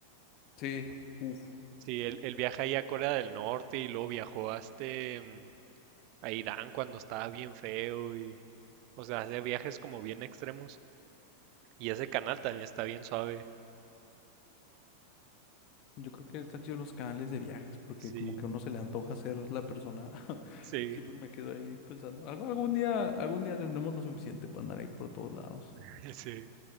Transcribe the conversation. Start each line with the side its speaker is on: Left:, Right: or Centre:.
Left: Sí, uf,
Right: Sí, él, él viaja ahí a Corea del Norte y luego viajó a este, mm, a Irán cuando estaba bien feo y, o sea, hace viajes como bien extremos. Y ese canal también está bien suave.
Left: yo creo que están chidos los canales de viajes porque
Right: Sí,
Left: como que a uno se le antoja ser la persona. <laughs>
Right: sí,
Left: Siempre me quedo ahí pensando, algo- algún día, algún día tendremos lo suficiente para andar ahí por todos lados.
Right: <laughs> sí.